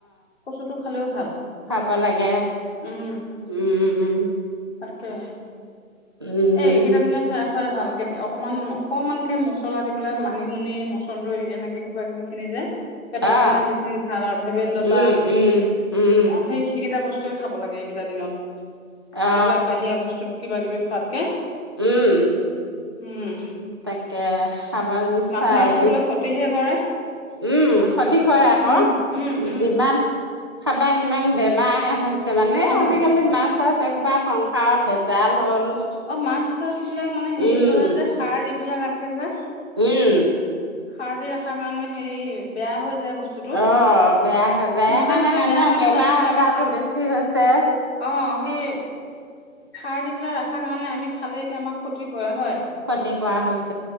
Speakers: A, on the left (about 50°); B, on the right (about 20°).
A: কচুটো খালেও ভাল।
B: ব লাগে।
A: উম
B: উম উম।
A: তাকে।
B: উম
A: এই এইকেইটা দিনত খাই খোৱাই ভাল কে অকমান অকমানকে মছলা দি পেলাই মানিমুনি মসুণ্ডৰি এনেকে কিবা কিবি খিনি যে পেটৰ
B: অ
A: কাৰণে যিখিনি ভাল আৰু ভেদাইলতা
B: উম
A: অ',
B: উম উম
A: সেই সেইকেইটা বস্তুৱে খাব লাগে এইকেইটা দিনত।
B: অ
A: এইবিলাক বাহিৰা বস্তু কিবা কিবি খোৱাতকে।
B: উম।
A: উম,
B: তাকে খাবা
A: মাছ
B: চাই
A: মাংসটোৱে ক্ষতিহে কৰে।
B: উম ক্ষতি কৰে আকৌ।
A: উম উম উম
B: যিমান খাবা সিমান বেমাৰ হে হৈছে মানে,
A: অ
B: আজিকালি মাছ-চাছ এসোপা সংসাৰৰ ভেজ জাল হ'ল,
A: অ মাছ চাছ বিলাক মানে হেৰি
B: উম।
A: কৰে যে সাৰ দি পেলাই ৰাখে যে
B: উম
A: সাৰ দি ৰখাৰ কাৰণে সেই বেয়া হৈ যায় বস্তুতটো।
B: অ বেয়া হৈ যায়
A: সিহতে
B: সেইকাৰণে
A: ভাবে
B: মানুহৰ
A: বেয়া হৈ
B: বেমাৰ
A: নাযায়, কিন্তু
B: আজাৰতো
A: আমি খাল
B: বেছি হৈছে
A: অ, সেই সাৰ দি পেলায় ৰখাৰ কাৰণে আমি খালে এতিয়া আমাক ক্ষতি কৰে হয়।
B: ক্ষতি কৰা হৈছে।